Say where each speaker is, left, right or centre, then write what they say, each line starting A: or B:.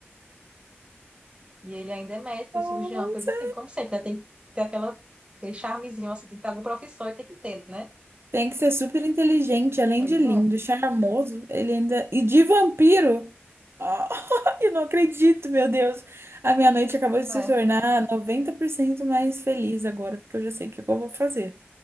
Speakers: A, on the right (about 25°); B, on the right (about 65°).
A: E ele ainda é médico,
B: Nossa.
A: cirurgião, coisa assim. Como sempre, né? Tem que ter aquela, aquele charmezinho, assim, tem que ter alguma profissão e tem que ter, né?
B: Tem que ser super inteligente, além
A: Pois
B: de lindo,
A: é.
B: charmoso, ele ainda. E de vampiro? Ah, <laughs> eu não acredito, meu Deus. A minha noite acabou de se
A: É.
B: tornar 90% mais feliz agora, porque eu já sei o que eu vou fazer.